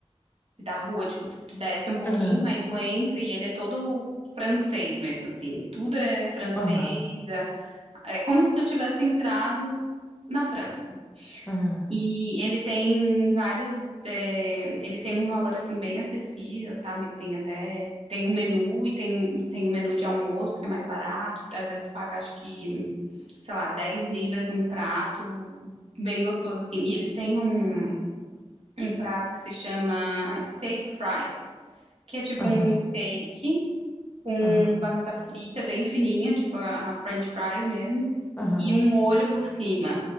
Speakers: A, on the right (about 65°); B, on the left (about 15°).
A: da rua, tipo, tu, tu desce um pouquinho,
B: aham,
A: aí tu entra e ele é todo francês mesmo, assim, tudo é francês,
B: aham,
A: é, é como se tu tivesse entrado na França.
B: aham,
A: E ele tem vários, é, ele tem um valor, assim, bem acessível, sabe? que Tem até, tem um menu e tem, um- tem um menu de almoço que é mais barato, às vezes tu paga, acho que sei lá, 10 libras um prato bem gostoso assim. E eles têm um, um prato que se chama steak fries, que é tipo
B: aham,
A: um steak com
B: aham,
A: batata frita bem fininha, tipo a, a French fries mesmo,
B: aham.
A: e um molho por cima.